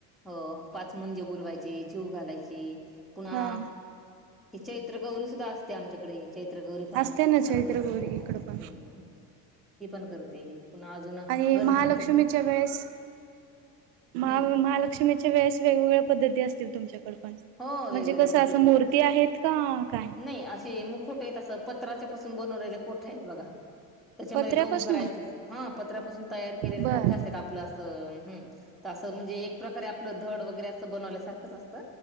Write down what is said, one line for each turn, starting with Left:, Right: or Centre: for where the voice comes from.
Centre: हो. पाच मुंजे बोलवायचे जेऊ घालायचे पुन्हा
Right: हा
Centre: ते चैत्र गौरी सुद्धा असते आमच्याकडे. चैत्र गौरी पण
Right: असते
Centre: खूप
Right: ना
Centre: छान
Right: चैत्र
Centre: करतो. हो.
Right: गौरी इकडं पण
Centre: हम. ती पण करते पुन्हा अजून
Right: आणि
Centre: गणपती
Right: महालक्ष्मीच्या वेळेसहा
Centre: हम्म
Right: महालक्ष्मी वेस वेगवेगळ्या पद्धती असतील तुमच्याकड पण?
Centre: हो. वेगवेगळ्या
Right: म्हणजे कसं
Centre: पद्धती.
Right: असं मूर्ती आहेत का काय
Centre: नाही असे मुखवटे येत अस पत्राच्या पासून बनवलेले कोठ्या आहेत बघा? त्याच्यामध्ये
Right: पत्र्यापासून
Centre: गहू भरायचे, हन पत्र्यापासून तयार केलेले
Right: बर
Centre: कोठ्या अस त्यात, आपलं अस हम, त अस म्हणजे एक प्रकारे आपलं धड वगैरे अस बनल्यासारखंच असतं.